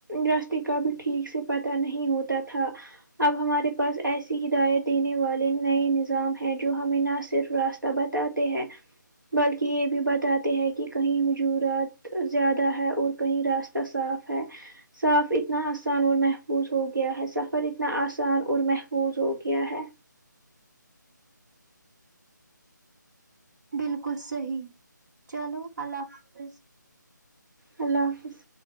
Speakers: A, on the right; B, on the right.
A: راستے کا بھی ٹھیک سے پتاہ نہیں ہوتا تھا اب ہمارے پاس ایسی ہدایت دینے والے نئے نظام ہیں جو ہمیں نہ صرف راستے تو بتاتے ہیں بلکہ یہ بھی بتاتے ہیں کہ کہیں حجورات زیادہ ہے اور کہیں راستتے کا صاف ہے صاف اتنا آسان اور محفوظ ہو گیا ہے سفر اتنا آسان اور محفوظ ہو گیا ہے
B: بالکل صحیح چلو اللہ حافظ
A: اللہ حافظ